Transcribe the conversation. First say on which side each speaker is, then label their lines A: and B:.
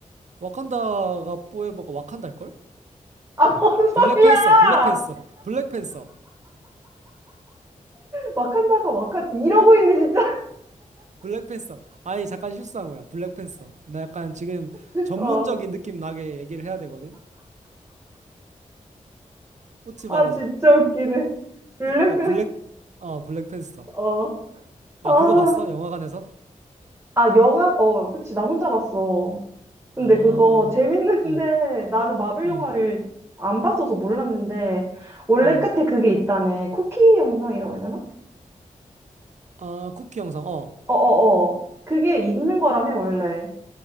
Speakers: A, on the right; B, on the right.
A: 와칸다가 포에버가 와칸달걸?
B: 아, <laughs> 뭔 소리야!
A: 블랙팬서, 블랙팬서, 블랙팬서,
B: 와칸다가 와칸, 이러고 있네, 진짜.
A: 블랙팬서. 아니, 잠깐 실수한 거야. 블랙팬서. 나 약간 지금
B: <laughs>
A: 전문적인
B: 어,
A: 느낌 나게 얘기를 해야 되거든? 웃지
B: 아,
A: 말아줘.
B: 진짜 웃기네. 블랙팬,
A: 그 블랙, 어, 블랙팬서.
B: 어,
A: 아,
B: 아,
A: 그거 봤어? 영화관에서?
B: 아, 영화, 어, 그치, 나 혼자 봤어. 근데
A: 아,
B: 그거 재밌는데
A: 음,
B: <laughs> 나는 마블
A: 음,
B: 영화를 안 봤어서 몰랐는데 원래
A: 음.
B: 끝에 그게 있다며 쿠키 영상이라고 해야 되나?
A: 아, 쿠키 영상, 어.
B: 어어어 그게 있는 거라며 원래